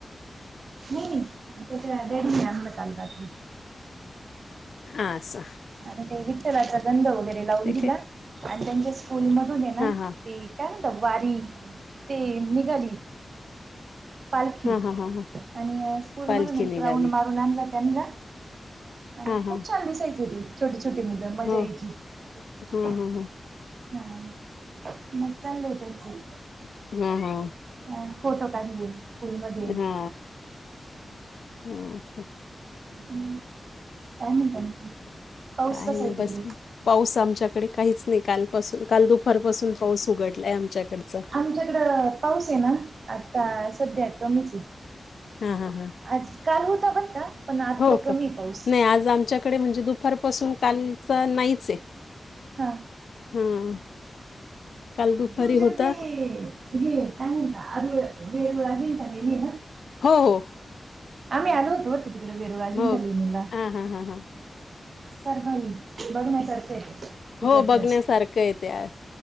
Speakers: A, on the right; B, on the left.
A: नाही, नाही, त्याच्या डॅडीनी आणला काल रात्री.
B: असं.
A: आणि ते विठ्ठलाचा गंध वगैरे लावून
B: ते
A: दिला,
B: काय
A: आणि त्यांच्या स्कूल मधून ये ना.
B: हा
A: ती
B: हा
A: काय म्हणतात वारी, ते निघाली. पालखी
B: हा हा हा हा
A: आणि स्कूल
B: पालखी
A: मधून एक
B: निघाली
A: राउंड मारुन आणला त्यांना, आणि
B: हा हा
A: खूप छान दिसायचे ती. छोटी- छोटी मुलं मज्जा
B: हो
A: यायची.
B: हा
A: हा
B: हा
A: मग चागलं हाय त्यांचं.
B: हा, हा.
A: आं, फोटो काढले स्कूल मध्ये.
B: हा <unintelligible>
A: हं, काय म्हणताय? पाऊस
B: काही
A: कसा
B: नाही
A: आहे तिकडे?
B: बस पाऊस आमच्याकडे काहीच नाही. कालपासून काल दुपारपासून पाऊस उघडलाय आमच्याकडचा.
A: आमच्याकडं पाऊस आहे ना आता सध्या कमीच आहे.
B: हा हा हा
A: आज काल होता बरं का पण आता
B: हो का
A: कमी आहे पाऊस.
B: नाही आज आमच्यात इकडे म्हणजे दुपारपासून कालच नाहीच आहे.
A: हा.
B: हं काल दुपारी
A: तुमच्या
B: होता.
A: <unintelligible> <unintelligible>
B: हो हो.
A: आम्ही आलो होतो तिकडं वेरूळ अजिंठा
B: हो
A: लेणीला.
B: हा हा हा हा
A: परभणी बघण्यासारखे आहे तिकडचं.
B: हो बघण्यासारखं हाय त